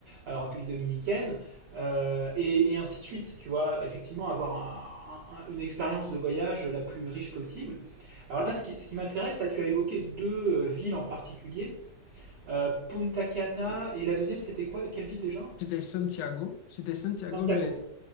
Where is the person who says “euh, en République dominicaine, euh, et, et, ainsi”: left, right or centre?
Right